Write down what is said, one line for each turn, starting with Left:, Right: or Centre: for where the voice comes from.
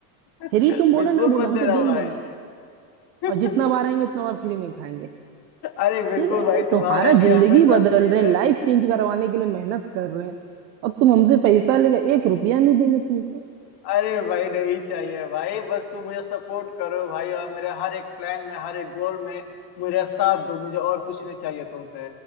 Left: <laughs>
Right: फ्री तुम बोलो
Left: बिल्कुल
Right: ना बोलो
Left: मत
Right: हम
Left: देना
Right: तो देंगे
Left: भाई
Right: नहीं
Left: <laughs>
Right: और जितना बार आएंगे उतना बार फ्री में खाएंगे
Left: अरे बिल्कुल
Right: ठीक है
Left: भाई
Right: अरे तुम्हारा
Left: तुम्हारे लिए
Right: जिंदगी
Left: हमेशा
Right: बदल
Left: फ्री है
Right: रहे हैं लाइफ चेंज करवाने के लिए मेहनत कर रहे हैं और तुम हमसे पैसा लेकर एक रुपया नहीं देंगे तुमको
Left: अरे भाई नहीं चाहिए भाई बस तू मुझे सपोर्ट करो भाई और मेरे हर एक प्लान में हर एक गोल में मेरा साथ दो मुझे और कुछ नहीं चाहिए तुमसे